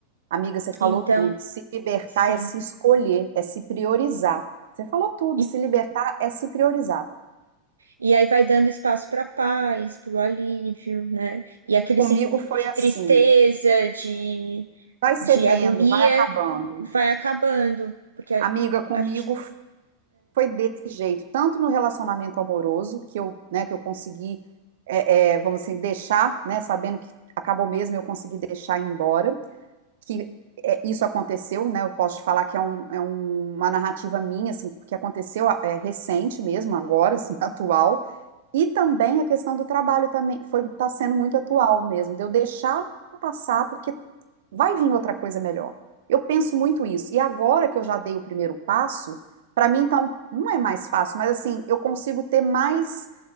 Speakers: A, on the right; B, on the right.
A: Amiga, você falou
B: Então,
A: tudo. Se libertar
B: sim.
A: é se escolher, é se priorizar. Você falou tudo.
B: E,
A: Se libertar é se priorizar.
B: e aí vai dando espaço para paz, para o alívio, né? E aquele
A: Comigo
B: sentimento
A: foi
B: de
A: assim.
B: tristeza, de,
A: Vai cedendo,
B: de agonia
A: vai acabando.
B: vai acabando, porque a,
A: Amiga, comigo
B: a gente,
A: foi desse jeito. Tanto no relacionamento amoroso, que eu, né, que eu consegui, é, é, vamos assim, deixar, né, sabendo que acabou mesmo, eu consegui deixar ir embora. que é, isso aconteceu, né? Eu posso te falar que é, um, é um- uma narrativa minha, assim, que aconteceu ah, é, recente mesmo, agora, assim, <laughs> atual. E também a questão do trabalho também foi tá sendo muito atual mesmo, de eu deixar passar porque vai vir outra coisa melhor. Eu penso muito isso. E agora que eu já dei o primeiro passo, para mim então não é mais fácil, mas assim, eu consigo ter mais